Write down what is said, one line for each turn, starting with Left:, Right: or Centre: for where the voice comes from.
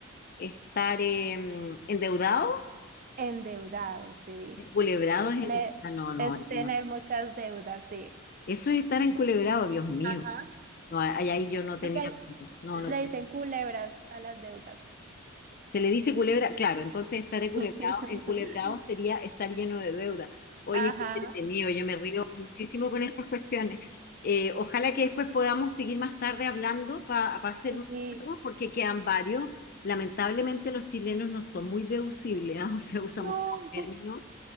Left: Estar em, endeudado.
Right: endeudado, sí.
Left: Enculebrado es
Right: Ne-
Left: endeudado. No, no,
Right: es
Left: ahí
Right: tener
Left: no.
Right: muchas deudas, sí.
Left: Eso es estar enculebrado, Dios mío.
Right: Ajá.
Left: No, ahí ahí yo no tenía.
Right: Porque
Left: No,
Right: le
Left: no tenía.
Right: dicen culebras a las deudas.
Left: Se le dice culebra, claro, entonces estar enculebrado,
Right: <laughs>
Left: enculebrado sería estar lleno de deuda. Oye,
Right: Ajá.
Left: qué entretenido, yo me río muchísimo con estas cuestiones. Eh, ojalá que después podamos seguir más tarde hablando para hacer
Right: Ay,
Left: más
Right: sí.
Left: juegos, porque quedan varios. Lamentablemente los chilenos no son muy deducibles, ¿ah? <laughs> O sea, usamos
Right: No.
Left: términos